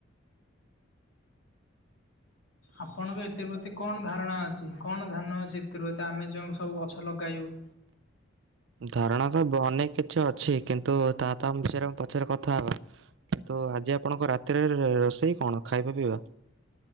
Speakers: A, on the left (about 70°); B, on the right (about 60°).
A: ଆପଣଙ୍କ ଏଥି ପ୍ରତି କଣ ଧାରଣା ଅଛି କଣ ଧାନ ଅଛି ଏଥିପ୍ରତି ଆମେ ଯେଉଁ ସବୁ ଗଛ ଲଗାଇବୁ।
B: ଧାରଣା ତ ବ ଅନେକ କିଛି ଅଛି କିନ୍ତୁ ତା ତାମ ବିଷୟରେ ଆମେ ପଚରେ କଥା ହବା। କିନ୍ତୁ ଆଜି ଆପଣଙ୍କ ରାତିରେ ରୋଷେଇ କଣ ଖାଇବା ପିଇବା?